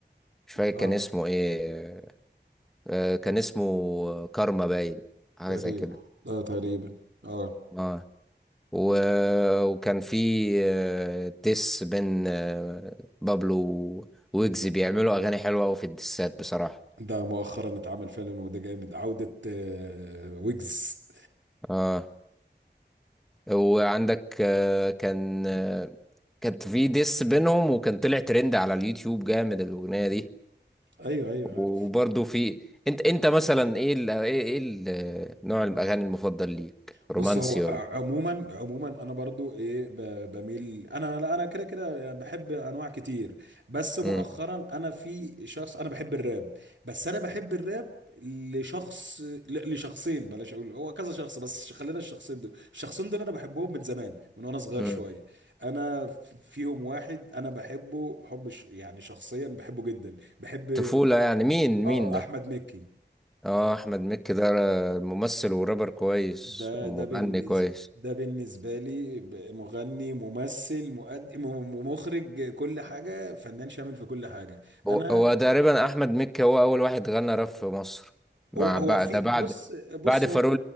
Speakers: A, in the centre; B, on the right.
A: مش فاكر
B: اه
A: كان اسمه ايه آه، كان اسمه كارما باين حاجة
B: تقريبا
A: زي كده
B: اه تقريبا اه
A: اه و... وكان في آه، ديس بين آه، بابلو ويجز بيعملوا أغاني حلوة أوي في الديسات بصراحة
B: ده مؤخرا اتعمل فعلا وده جامد عودة آه ويجز
A: اه وعندك آه، كان آه، كانت في ديس بينهم وكان طلع ترند على اليوتيوب جامد الاغنيه دي
B: ايوه ايوه
A: وبرضه
B: عارف
A: في انت انت مثلا ايه ال... ايه ايه ال... نوع الاغاني المفضل ليك رومانسي
B: بص هو
A: ولا
B: عموما
A: ايه
B: عموما انا برضو ايه ب- بميل انا لا، انا كده كده بحب انواع كتير بس مؤخرا
A: امم
B: انا في شخص انا بحب الراب بس انا بحب الراب لشخص ل- لشخصين بلاش اقول هو كذا شخص بس خلينا الشخصين دول الشخصين دول انا بحبهم من زمان من وانا صغير
A: امم
B: شويه انا ف- فيهم واحد انا بحبه حب ش- يعني شخصيا بحبه جدا بحب الرابر
A: طفوله يعني مين
B: اه
A: مين ده
B: احمد مكي
A: اه احمد مكي ده ممثل ورابر كويس
B: ده
A: ومغني
B: ده بالنسبة
A: كويس
B: ده بالنسبة لي ب- مغني ممثل مؤدي م- م- مخرج كل حاجة فنان شامل في كل حاجة
A: هو
B: أنا
A: هو تقريبا احمد مكي هو اول واحد غنى راب في مصر مع
B: هو
A: بعد
B: في
A: ده بعد
B: بص بص
A: بعد
B: هو
A: فاروق